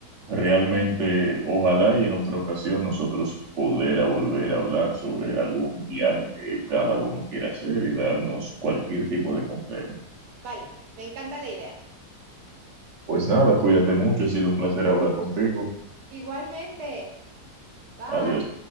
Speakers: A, on the right (about 55°); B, on the right (about 80°).
A: realmente, ojalá y en otra ocasión nosotros poder a volver a hablar sobre algún viaje que cada uno quiera hacer y darnos cualquier tipo de consejo.
B: Vale, me encanta la idea.
A: Pues nada, cuídate mucho, ha sido un placer hablar contigo.
B: Igualmente. Bye.
A: Adiós.